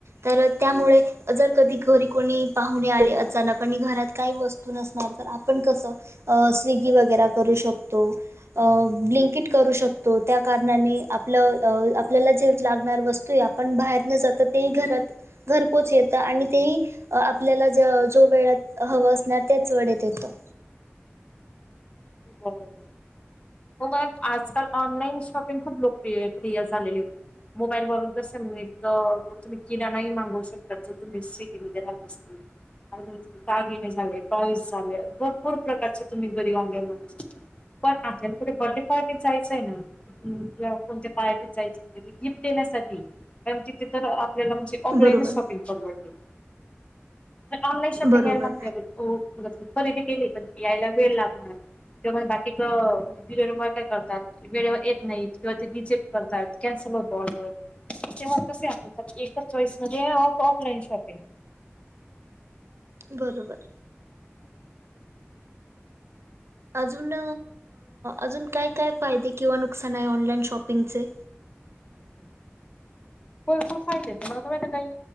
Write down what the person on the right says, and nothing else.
तर त्यामुळे जर कधी घरी कोणी पाहुणे आले अचानक आणि घरात काही वस्तू नसणार तर आपण कसं अ स्विगी वगैरे करू शकतो ब्लिंकेट करू शकतो त्या कारणाने आपलं आपल्याला जे लागणार वस्तू आपण बाहेर न जाता ते घरात घर पोच येता. आणि तेही आपल्याला जो वेळात हवं असणार तेच वेळेत येतो.
बरोबर
बरोबर
बरोबर. अजून अजून काय, काय फायदे किंवा नुकसान आहे ऑनलाइन शॉपिंगचे.